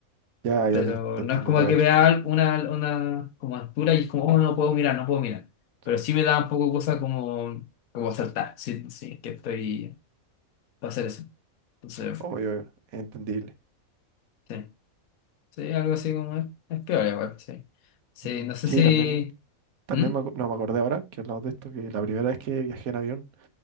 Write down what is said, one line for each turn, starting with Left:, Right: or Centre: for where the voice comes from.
Right: Ya,
Left: Pero
Right: yo te, te
Left: no
Right: entiendo,
Left: es como
Right: te gacho.
Left: que vea una, una como altura y es como, oh, no puedo mirar, no puedo mirar. Pero
Right: Sí.
Left: sí me da un poco cosa como, como saltar. Sí, sí, es que estoy para hacer eso. Entonces,
Right: Obvio, es entendible.
Left: sí, sí, algo así como es, es peor igual, sí. Sí,
Right: Mm,
Left: no sé
Right: Sí,
Left: si...
Right: también, también
Left: ¿Mm?
Right: me, acu- no, me acordé ahora que hablamos de esto, que la primera vez que viajé en avión,